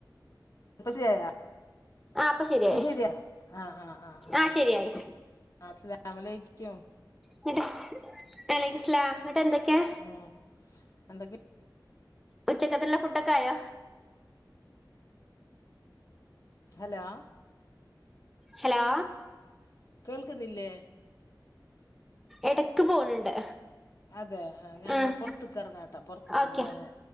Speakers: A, on the left; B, in the centre.
A: ഇപ്പ ശരിയായോ
B: ആ അപ്പൊ ശരിയായി
A: ഇപ്പ ശരിയായോ ആഹ്.. ആഹ്.. ആഹ് ആഹ
B: ആ ശരിയായി
A: അസലാമലൈക്കും
B: നട്ട് അലൈക്സലാം എന്നിട്ടെന്തൊക്കെയാ
A: ഉം എന്തൊക്കെ
B: ഉച്ചക്കത്തേനുള്ള ഫുഡൊക്കെയായോ
A: ഹലോ
B: ഹലോ
A: കേൾക്കുന്നില്ലേ
B: എടക്കു പോണുണ്ട്
A: അതെ ആ.. ഞാനിടെ
B: ഉം
A: പുറത്തേക്കിറങ്ങാംട്ടോ പുറത്തേക്കു
B: ഓക്കെ
A: പോവാ ഞാൻ